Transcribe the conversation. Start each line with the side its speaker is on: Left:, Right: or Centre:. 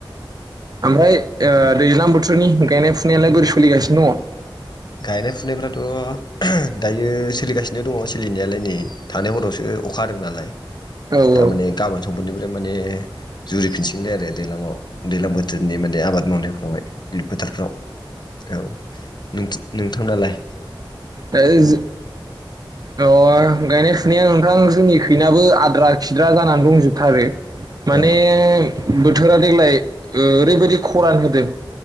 Right: ओमफ्राय ओ दैज्लां बोथोरनि गायनाय फुनायालाय बोरै सलिगासिनो दङ?
Left: गायनाय फुनायफ्रा थ' दायो सोलिगासिनो दङ सोलिनायालाय नै थांनाय हरावसो अखा हादों नालाय।
Right: औ औ
Left: दामाने गाबोन समफोरनिफ्राय माने जुरिफिनसिगोनलाय आरो दैलाङाव दैलां बो थोरनि माने आबाद मावनायफ्रावहाय फोथारफ्राव औ। नोंथां-नोंथांनालाय?
Right: दा इज ओ गायनाय फुनाया नोंथां जोंनि खैनाबो आद्रा खिद्रा जानानै दंजोबथारो माने
Left: अ
Right: बोथोरा देग्लाय ओरैबायदि खरान होदों